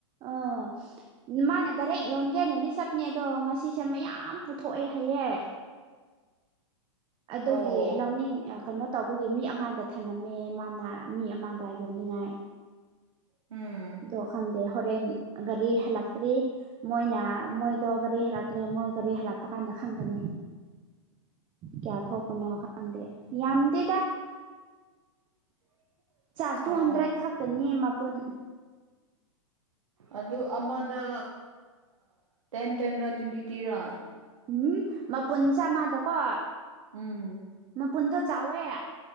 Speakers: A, on the right; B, on the right.
A: ꯑꯣ ꯃꯥꯅ ꯗꯥꯏꯔꯦꯛ ꯌꯣꯟꯒꯦꯅꯗꯤ ꯆꯞꯄꯅꯦ ꯑꯗꯣ ꯉꯁꯤꯁꯦ ꯃꯌꯥꯝ ꯄꯨꯊꯣꯛꯑꯦ ꯍꯥꯏꯌꯦꯦ ꯑꯗꯨꯒꯤ
B: ꯑꯣ
A: ꯂꯧꯥꯎꯅꯤꯡ ꯀꯩꯅꯣ ꯇꯧꯕꯒꯤ ꯃꯤ ꯑꯃꯗ ꯊꯝꯂꯝꯝꯃꯦ ꯃꯥꯅ ꯃꯤ ꯑꯃꯗ ꯌꯣꯟꯅꯤꯡꯉꯥꯏ
B: ꯎꯝ
A: ꯑꯗꯣ ꯈꯪꯗꯦ ꯍꯣꯔꯦꯟ ꯒꯥꯔꯤ ꯍꯜꯂꯛꯇ꯭ꯔꯤ ꯃꯣꯏꯅ ꯃꯣꯏꯗ ꯀꯔꯤ ꯍꯔꯥ ꯃꯣꯏ ꯒꯥꯔꯤ ꯍꯜꯂꯛꯄ ꯀꯥꯟꯗ ꯈꯪꯒꯅꯤ ꯀꯌꯥ ꯊꯣꯛꯄꯅꯣ ꯈꯪꯗꯦ ꯌꯥꯝ ꯁꯤꯗ
B: <unintelligible>
A: ꯆ ꯇꯨ
B: ꯑꯣ
A: ꯍꯟꯗ꯭ꯔꯦꯠ ꯈꯛꯇꯅꯦ ꯃꯄꯨꯟ
B: ꯑꯗꯨ ꯑꯃꯗ ꯇꯦꯟ ꯇꯦꯟꯔꯥ ꯇ꯭ꯋꯦꯟꯇꯤ ꯇ꯭ꯔꯤꯔꯥ
A: ꯎꯝ ꯃ ꯄꯨꯟꯆꯥ ꯃꯥ ꯇ ꯀꯣ
B: ꯎꯝ
A: ꯃꯄꯨꯟꯗꯣ ꯆꯥꯎꯋꯦ